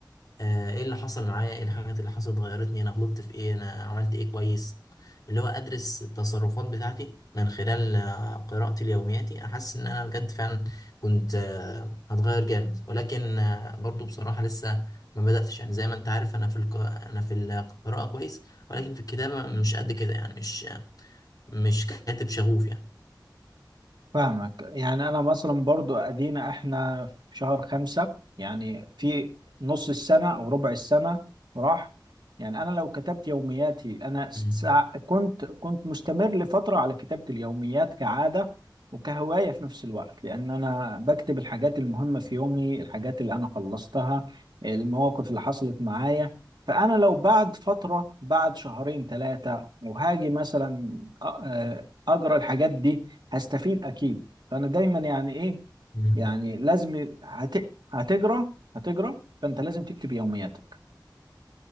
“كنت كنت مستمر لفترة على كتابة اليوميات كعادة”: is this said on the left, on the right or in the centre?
Right